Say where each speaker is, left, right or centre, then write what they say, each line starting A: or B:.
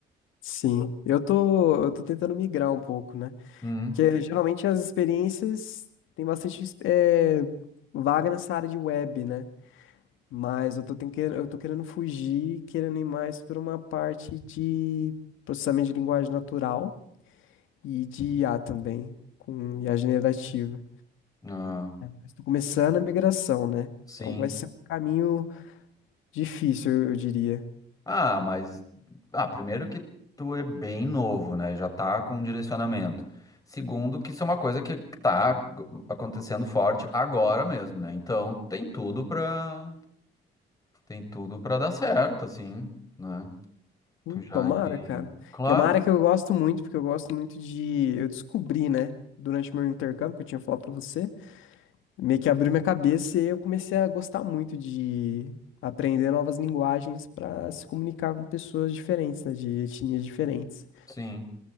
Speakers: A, on the left; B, on the left.
A: Sim. Eu tô, eu tô tentando migrar um pouco, né?
B: Hum.
A: Porque geralmente as experiências têm bastante eh, vaga nessa área de web, né? Mas eu tô, ten- que- eu tô querendo fugir, querendo ir mais para uma parte de processamento de linguagem natural e de IA também, com IA generativa.
B: Ah,
A: Mas tô começando a migração, né?
B: sim.
A: Então vai ser um caminho difícil, eu eu diria.
B: Ah, mas ah, primeiro que tu é bem novo, né? Já tá com um direcionamento. Segundo, que isso é uma coisa que tá acontecendo forte agora mesmo, né? Então tem tudo pra tem tudo para dar certo, assim, né?
A: Hum,
B: Tu já
A: Tomara,
B: ir...
A: cara.
B: Claro,
A: Que é uma área que eu gosto muito, porque eu gosto muito de. Eu descobri, né, durante meu intercâmbio, que eu tinha falado pra você. meio que abriu minha cabeça e eu comecei a gostar muito de aprender novas linguagens para se comunicar com pessoas diferentes, né, de etnias diferentes.
B: sim.